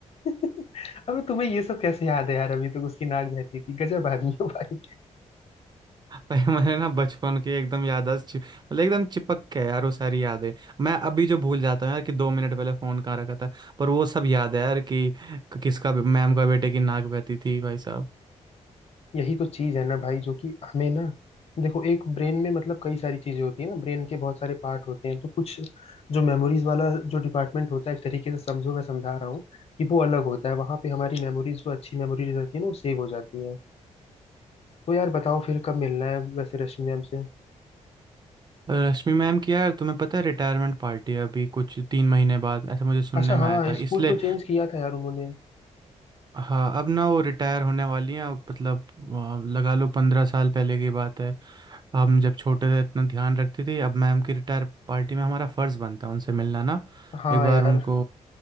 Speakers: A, on the left; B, on the right.
A: <laughs> अबे तुम्हें ये सब कैसे याद है यार अभी तक उसकी नाक बहती थी गजब आदमी हो भाई
B: पर <laughs> मैंने ना बचपन के एकदम याददाश्त छिप- मतलब एकदम चिपक के यार वो सारी यादें मैं अभी जो भूल जाता हूँ यार कि दो मिनट पहले फोन कहाँ रखा था पर वो सब याद है यार कि कि किसका मैम का बेटे की नाक बहती थी भाई साहब
A: यही तो चीज है ना भाई जो कि हमें ना देखो एक ब्रेन में मतलब कई सारी चीजें होती है ना ब्रेन के बहुत सारे पार्ट होते हैं तो कुछ जो मेमोरीज वाला जो डिपार्टमेंट होता है एक तरीके से समझो मैं समझा रहा हूँ कि वो अलग होता है वहां पे हमारी मेमोरीज जो अच्छी मेमोरीज रहती है ना वो सेव हो जाती है तो यार बताओ फिर कब मिलना है वैसे रश्मि मैम से
B: रश्मि मैम की यार तुम्हें पता है रिटायरमेंट पार्टी है अभी कुछ तीन महीने बाद ऐसा मुझे सुनने
A: अच्छा
B: में
A: हाँ
B: आया था
A: स्कूल
B: इसलिए
A: तो चेंज किया था यार उन्होंने
B: हाँ अब ना वो रिटायर होने वाली हैं अब मतलब आ, लगा लो पंद्रह साल पहले की बात है हम जब छोटे थे इतना ध्यान रखती थी अब मैम की रिटायर पार्टी में हमारा फर्ज बनता है उनसे मिलना ना
A: हाँ
B: एक बार
A: यार
B: उनको